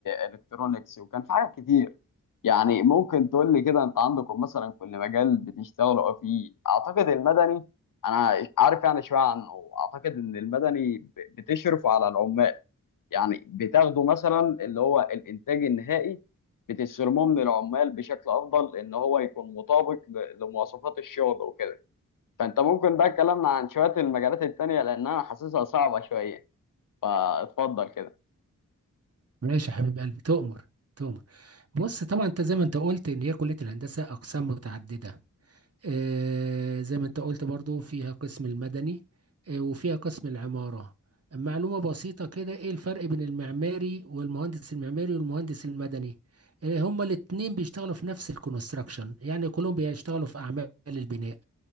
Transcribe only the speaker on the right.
ماشي يا حبيب قلبي تؤمر تؤمر بص طبعا انت زي ما انت قلت ان هي كليه الهندسه اقسام متعدده آه زي ما انت قلت برضو فيها قسم المدني آه وفيها قسم العماره معلومه بسيطه كده ايه الفرق بين المعماري والمهندس المعماري والمهندس المدني آه هما الاثنين بيشتغلوا في نفس الكونستراكشن يعني كلهم بيشتغلوا في اعمال البناء